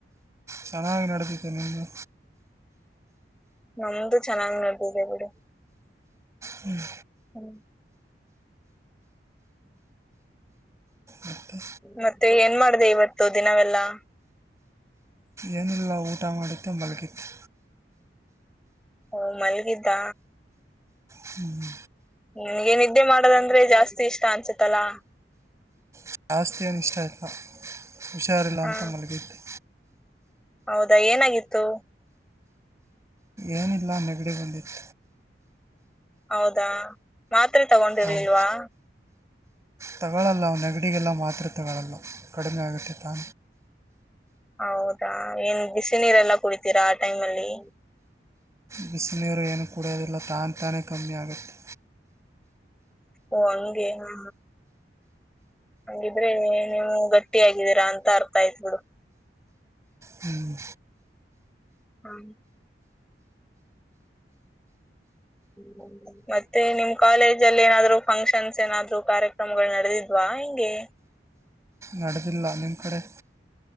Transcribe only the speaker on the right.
ಚೆನ್ನಾಗಿ ನಡದತೆೆ ನಿಮಗೆ
ಹ್ಮ್
ಮತ್ತೆ
ಏನಿಲ್ಲ ಊಟ ಮಾಡ ತ್ತಂಬಲಕತ್ತು
ಹ್ಮ್
ಶಾಸ್ತಿಯ ನಿಷ್ಠಯತ ಹುಷಾರಿಲ್ಲ
ಅಂತ ಮಲಗಿದ್ದೆ
ಏನಿಲ್ಲ ನೆಗಡಿ ಬಂದಿತ್ತು
ಅವು ತಗೊಳ್ಳಲ್ಲ ಅವನಡೆ ಅಡಿಗೆಲ್ಲ ಮಾತೃತೆಗಳಲ್ಲ ಕಡಿಮೆ ಆಗುತ್ತೆ ತಾ
ಬಿಸಿನೀರು ಏನು ಕುಡಿಯೋದಿಲ್ಲ ತಾನು ತಾನೇ ಕಮ್ಮಿ ಆಗುತ್ತೆ
ಹ್ಮ್
ನಡೆದಿಲ್ಲ ನಿಮ್ಮ ಕಡೆ